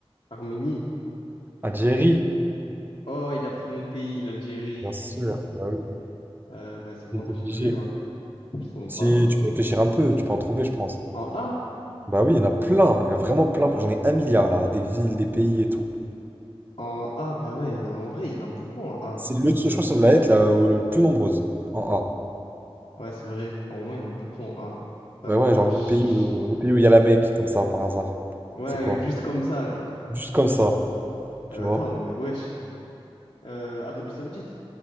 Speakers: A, on the left (about 75°); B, on the right (about 20°).
A: Arménie.
B: Algérie.
A: Oh, il a pris mon pays, l'Algérie.
B: Bien sûr,
A: <laughs>
B: bah oui,
A: Euh, bah, c'est bon,
B: j'ai
A: là,
B: obligé.
A: j'ai plus, là. Je sais même
B: Si,
A: pas.
B: tu peux réfléchir un peu, tu peux en trouver, je pense.
A: En A?
B: Bah oui, il y en a plein, il y en a vraiment plein. J'en ai un milliard là, des villes, des pays et tout.
A: En A, bah ouais, non, en vrai, il y en a beaucoup en A.
B: C'est le,
A: Mais,
B: je crois que c'est la lettre la le plus nombreuse, en A.
A: ouais, c'est vrai. au moins, il y en a beaucoup en A. Euh,
B: Bah ouais,
A: bah,
B: genre le
A: je
B: pays où, le pays où il y a la Mecque, comme ça, par hasard.
A: Ouais,
B: C'est quoi?
A: juste comme ça, genre.
B: Juste comme ça, tu
A: Euh,
B: vois.
A: attends, mais wesh. Euh, Arabie Saoudite.